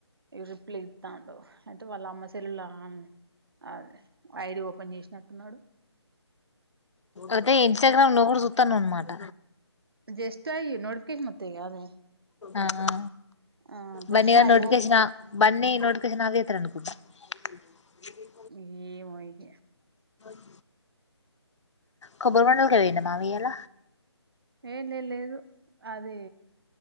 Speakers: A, on the right; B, on the left.
A: ఈ రిప్లై ఇత్తండు అయితే వాళ్ళ అమ్మ సెల్లులా అదే ఐడి ఓపెన్ చేసినట్టున్నాడు
B: అయితే ఇన్స్టాగ్రామ్ నువ్వు కూడా చూస్తానవ్ అన్నమాట
A: జస్ట్ అయి నోటిఫికేషన్ వాత్తయి కాదే
B: ఆ ఆ
A: ఆ
B: బన్నీ గాని
A: అయి
B: నోటిఫికేషన్
A: ఓ
B: నా బన్నీ నోటిఫికేషన్ ఆఫ్ ఇది అనుకుంటా ఏ
A: ఏమో ఇగ
B: <inaudible> కొబ్బరి బొండలకె పోయిండా మామయ్య ఇయ్యాల
A: ఏ లే లేదు అదే